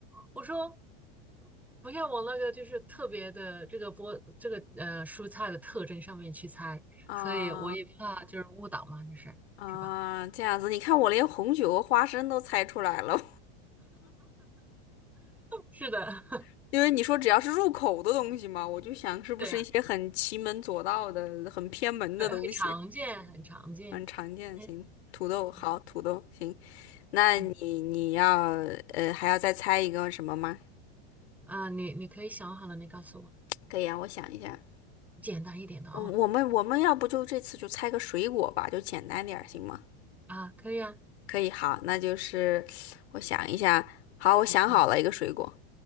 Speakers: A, in the centre; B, on the left.
A: 我说不要往那个就是特别的这个菠这个呃蔬菜的特征上面去猜，
B: 啊
A: 所以我也怕就是误导嘛，就是是吧？
B: 啊，这样子，你看我连红酒和花生都猜出来了，
A: <laughs> 是的，
B: <laughs> 因为你说只要是入口的东西嘛，我就想是不是一些很奇门左道的、
A: <laughs> 对呀。
B: 很偏门的东西，
A: 对，很常见，很常见。
B: 很常见。
A: 嗯，
B: 行，土豆好，
A: 对，
B: 土豆行，那你你要呃还要再猜一个什么吗？
A: 嗯啊，你你可以想好了，你告诉我，
B: 可以啊，我想一下，
A: 简单一点的哦。
B: 我我们我们要不就这次就猜个水果吧，就简单点儿行吗？
A: 啊，可以啊。
B: 可以，好，那就是我想一下，好，我想好了一个水果。
A: 嗯，